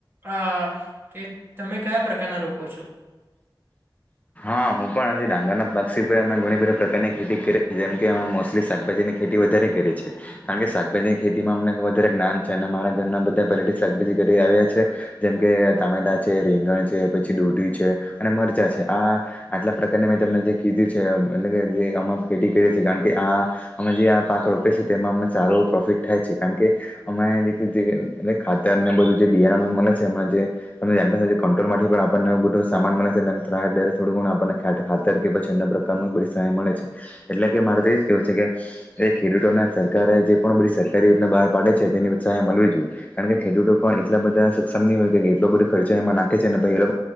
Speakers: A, on the right (about 25°); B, on the left (about 20°).
A: આ કે તમે કયા પ્રકારના રોગ પૂછો
B: હા, હું પણ હજી ડાંગરનાથ બાક્ષી અમે ઘણી બધી પ્રકારની ખેતી કરે જેમ કે અમે મોસ્ટલી શાકભાજીની ખેતી વધારે કરીએ છે, કારણ કે શાકભાજીની ખેતીમાં અમને વધારે જ્ઞાન છે, અને મારા ઘરના બધા પલેટી શાકભાજી કરી આવ્યા છે, જેમ કે ટામેટા છે રીંગણ પછી દોઢી છે, અને મરચાં છે, આ આટલા પ્રકારને મેં તમને જે કીધું છે, એટ જે અ ખેતી કરી છી, કારણ કે આ અમે જે પા તેમાં અમને સારું પ્રોફિટ થાય છે, કારણ કે અમે ખાતર બધું મળે્રોલ થી પણનેવો બધો સામાન મળે છે, થડું ખાતર કે પછી, અન્ય પ્રકાર ન બ સહાય મળે છે, એટલે કે મારે તો એજ કેવું છે કે ખેડૂત ખેડૂતો ના સરકારે જે પણ બધી સરકારી રીતના બહાર પાડે છે, તેનીત્સાહાય મળવી જોઈએ કારણ કેેડૂતો પણ એટલા બધા. સક્ષમની હોય, કે એટલો બધો ખર્ચો એમાં નાખે છે, નેછ એ